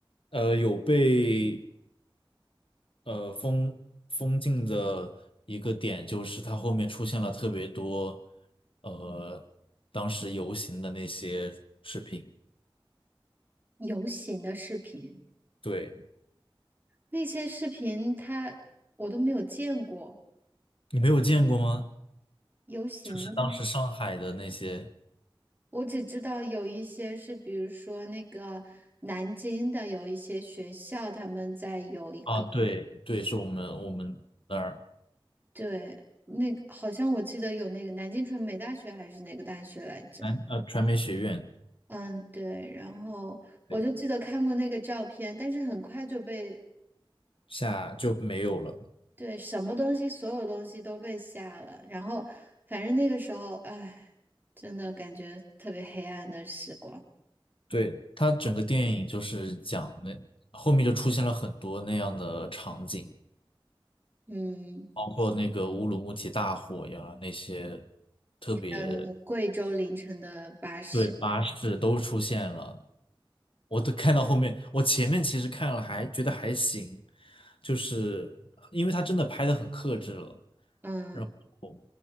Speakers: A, on the left; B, on the right.
A: 呃有被呃封封禁的一个点，就是他后面出现了特别多呃当时游行的那些视频，
B: 游行的视频，
A: 对，
B: 那些视频他我都没有见过，
A: 你没有见过吗？
B: 游行的吗？
A: 就是当时上海的那些
B: 我只知道有一些是，比如说那个南京的有一些学校，他们在有一个，
A: 啊，对对，是我们我们那儿
B: 对，那个好像我记得有那个南京传媒大学还是哪个大学来着？
A: 南呃传媒学院
B: 嗯，对，然后我就记得看过那个照片，
A: 对
B: 但是很快就被，
A: 下就没有了。
B: 对，什么东西，所有东西都被下了，然后反正那个时候，哎，真的感觉特别黑暗的时光。
A: 对，它整个电影就是讲那后面就出现了很多那样的场景，
B: 嗯，
A: 包括那个乌鲁木齐大火呀，那些特别
B: 还有那个贵州凌晨的巴士，
A: 对巴士都出现了。我都看到后面，我前面其实看了还觉得还行，就是因为它真的拍的很克制了，
B: 嗯。
A: 然后